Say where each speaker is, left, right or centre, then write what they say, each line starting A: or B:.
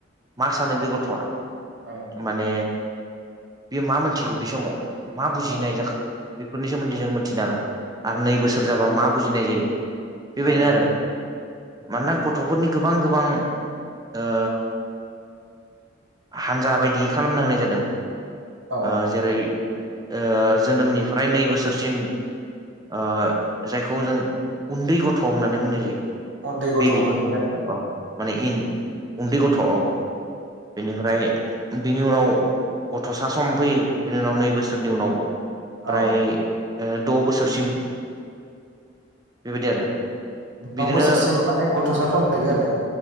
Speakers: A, on the right (about 20°); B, on the right (about 65°).
A: मा सानो बे गथ'आ?
B: औ
A: माने बेयो मा मोनथिगौ बे समाव मा बुजिनाय
B: औ
A: जाखो? बेफोरनि सोमोन्दै जों मोनथिनो हागोन आरो नै बोसोर जाबा मा बुजिनाय जायो बेबायदिनो
B: औ
A: आरो। मानोना गथ'फोरनि गोबां गोबां ओ हानजा बायदि खालामना होनाय जादों।
B: औ
A: ओ जेरै ओ जोनोमनिफ्राय नै बोसोरसिम ओ जायखौ जों उन्दै गथ' होननानै बुंनाय जायो।
B: उन्दै गथ'
A: बेबि
B: गोलैयो आरो
A: अ माने इन उन्दै गथ' औ। बेनिफ्राय बिनि उनाव गथ'सा सम फैयो बेनि उनाव नै बोसोरनि उनाव फ्राय
B: औ
A: ओ द' बोसोरसिम बेबायदि आरो।
B: द'
A: बिदिनो
B: बोसोरसिम माने गथ'सा सम थायोआरो।